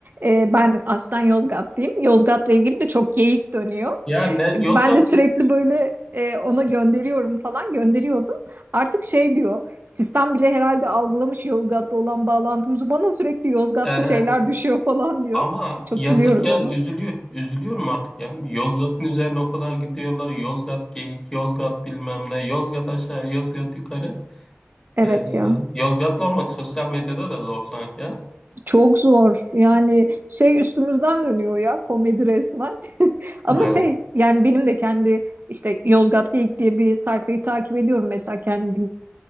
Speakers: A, on the right; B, on the left.
A: E, ben aslen Yozgatlıyım. Yozgat'la ilgili de çok geyik dönüyor.
B: <laughs> ya ne
A: E,
B: Yozgat?
A: Ben de sürekli böyle e, ona gönderiyorum falan gönderiyordum. Artık şey diyor sistem bile herhalde algılamış Yozgat'ta olan bağlantımızı bana sürekli Yozgatlı
B: e,
A: şeyler düşüyor falan diyor.
B: Ama
A: Çok
B: yazık
A: gülüyoruz
B: ya
A: ona.
B: üzülüyor. Üzülüyorum artık yani. Yozgat'ın üzerine o kadar gidiyorlar. Yozgat geyik, Yozgat bilmem ne, Yozgat aşağı, Yozgat yukarı.
A: Evet
B: Ee,
A: ya.
B: Yozgatlı olmak sosyal medyada da zor sanki ya.
A: Çok zor. Yani şey üstümüzden dönüyor ya komedi resmen. <laughs> Ama
B: Evet,
A: şey yani benim de kendi işte Yozgat Geyik diye bir sayfayı takip ediyorum mesela kendi